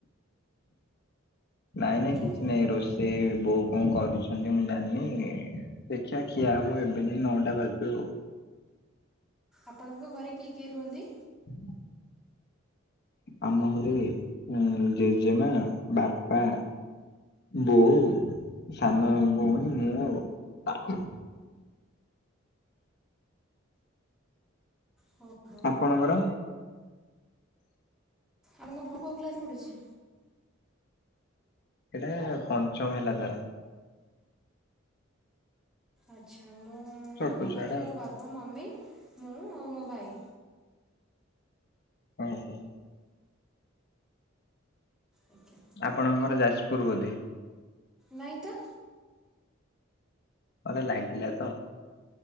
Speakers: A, on the left; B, in the centre.
A: ନାଇଁ
B: ଆଜ୍ଞା।
A: ନାଇଁ କିଛି ନାଇଁ ରୋଷେଇ ବୋଉ କଣ କରୁଛନ୍ତି ମୁଁ ଜାଣିନି ଦେଖିଆ ଖିଆ ହବ ଏବେ ନାଇଁ ନଅଟା ବାଜୁ।
B: ଆପଣଙ୍କ ଘରେ କିଏ କିଏ ରୁହନ୍ତି?
A: ହ ଆମ ଘରେ ଆଁ ଜେଜେମା, ବାପା ବୋଉ ସାନ ଭୋଉଣୀ ମୁଁ ଆଉ।
B: ଓହୋ
A: ଆପଣଙ୍କର?
B: ଆପଣଙ୍କ ଭୋଉ କୋଉ କ୍ଲାସ ପଡୁଚି?
A: ଏଟା ପଞ୍ଚମ ହେଲା ତାର।
B: ଆଚ୍ଛା ମୁଁ,
A: ଛୋଟ
B: ଆମ
A: ଛୁଆଟା
B: ଘରେ ମୋ ବାବା, ମମି, ମୁଁ ଆଉ ମୋ ଭାଇ।
A: ଓହୋ।
B: ଆଜ୍ଞା
A: ଆପଣଙ୍କର ଯାଜପୁର ବୋଧେ?
B: ନାଇଁ ତ।
A: ମତେ ଲାଗିଲା ତ।